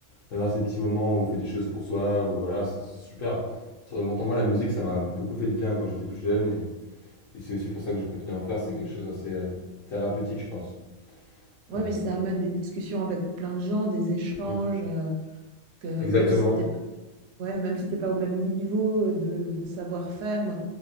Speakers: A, on the left; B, on the right.
A: d'avoir ces petits moments où on fait des choses pour soi, ou voilà, c'est c'est super. C'est très important. Moi, la musique, ça m'a beaucoup fait de bien quand j'étais plus jeune et, et c'est aussi pour ça que je continue à en faire, c'est quelque chose d'assez euh, thérapeutique, je pense.
B: Ouais,
A: Euh,
B: mais ça amène des discussions avec plein de gens, des échanges,
A: oui,
B: euh, que
A: exactement.
B: même si t'es pas, ouais, même si t'es pas au même niveau de, de savoir-faire, ben,